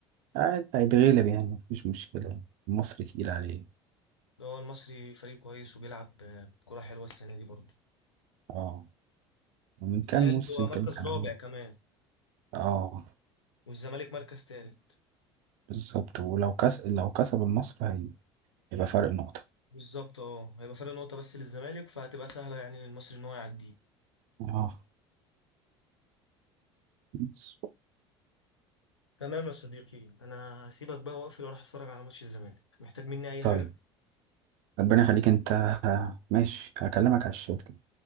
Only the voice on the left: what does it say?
هو المصري فريق كويس وبيلعب آه، كرة حلوة السنة دي برضه
بيتهيألي
هو مركز
رابع كمان
والزمالك مركز تالت
بالظبط اه هيبقى فرق نقطة بس للزمالك فهتبقى سهلة يعني للمصري ان هو يعديه
تمام يا صديقي انا هسيبك بقى واقفل واروح اتفرج على ماتش الزمالك محتاج مني اي
حاجة